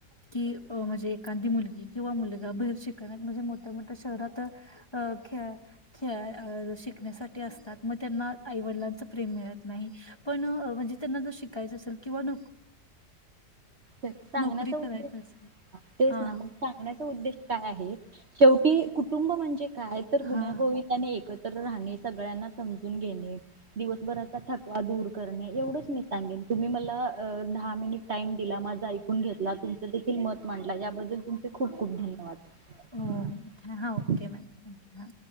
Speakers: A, on the left; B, on the right.
A: की म्हणजे एखादी मुलगी किंवा मुलगा बहिर शिकण म्हणजे मोठ्या मोठ्या शहरात अ खेळा खेळा शिकण्यासाठी असतात मग त्यांना आईवडिलांच प्रेम मिळत नाही पण म्हणजे त्यांना जर शिकायचं असेल किंवा नोक
B: सांगण्याचा
A: नोकरी
B: उद्देश
A: करायचं असेल
B: तेच
A: हा
B: ना मग सांगण्याचा उद्देश काय आहे शेवटी कुटुंब म्हणजे काय तर
A: हा
B: गुण्यागोविंदाने एक एकत्र राहणे, सगळ्यांना समजून घेणे दिवसभराचा थकवा दूर करणे एवढंच मी सांगेल. तुम्ही मला दहा मिनिट टाईम तिला माझा ऐकून घेतला तुमचं देखील मत मांडला याबद्दल तुमचे खूप खूप धन्यवाद.
A: हो हा ओके मॅम थँक्यू हा